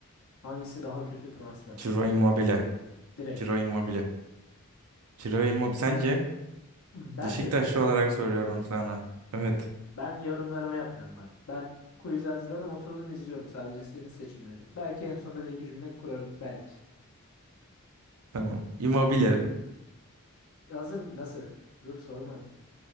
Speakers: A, on the left; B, on the right.
A: Hangisi daha kötü transfer?
B: Ciro Immobile.
A: Direkt.
B: Ciro Immobile. Ciro Immobile. Sence?
A: Bence
B: Beşiktaşlı
A: mi?
B: olarak soruyorum sana. Evet.
A: Ben yorumlarımı yapmıyorum bak. Ben quiz hazırladım, oturdum izliyorum sadece senin seçimlerini. Belki en sonunda bir iki cümle kurarım belki.
B: Tamam. Immobile.
A: Hazır mı? Nasıl? Dur sormadım.